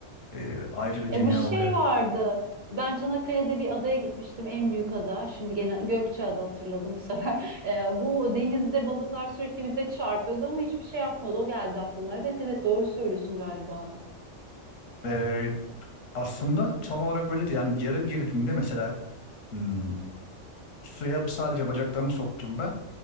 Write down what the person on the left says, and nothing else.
E, ayrı bir
dünya
oluyor.
Ve aslında tam olarak öyle değil. Yani yara girdiğinde mesela hmm, suya sadece bacaklarını soktuğunda